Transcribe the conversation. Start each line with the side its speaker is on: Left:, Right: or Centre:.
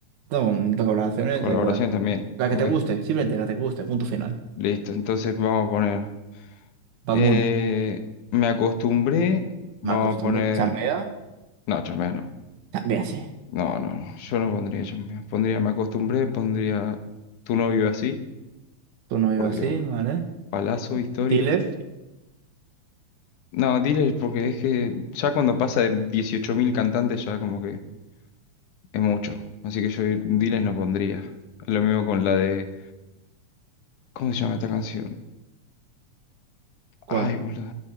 Right: No, de colaboraciones
Left: Colaboración
Right: da igual.
Left: también,
Right: La
Left: ok.
Right: que te guste, simplemente la que te guste, punto final.
Left: Listo, entonces vamos a poner...
Right: Bad
Left: eh,
Right: Bunny.
Left: me acostumbré, vamos
Right: Me acostumbré.
Left: a poner...
Right: Chambea.
Left: No, chambea no.
Right: Chambea así.
Left: No, no, yo no pondría chambea. Pondría me acostumbré, pondría tu novio así,
Right: Tú no vives
Left: por Dios.
Right: así, ¿vale?
Left: Palazo histórico.
Right: Dile.
Left: No, dile porque es que ya cuando pasa de 18.000 cantantes ya como que es mucho. Así que yo diles no pondría. Lo mismo con la de... ¿Cómo se llama esta canción?
Right: ¿Cuál?
Left: Ay, boludo.